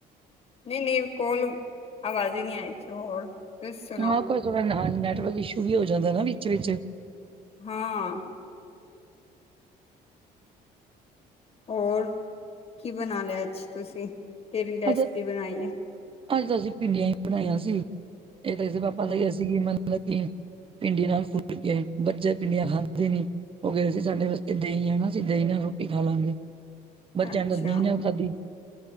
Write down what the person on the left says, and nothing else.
ਨਹੀਂ- ਨਹੀਂ ਵ ਕੋਲ ਆਵਾਜ਼ ਹੀ ਨੀ ਆਈ ਸੀ ਹੋਰ? ਸੁਣਾਓ
ਹਾਂ ਅ ਹੋਰ ਕੀ ਬਣਾ ਲਿਆ ਅੱਜ ਤੁਸੀਂ ਕਿਹੜੀ ਰੈਸਪੀ
ਬਣਾਈ ਹੈ।
ਹਮ,
ਅੱਛਾ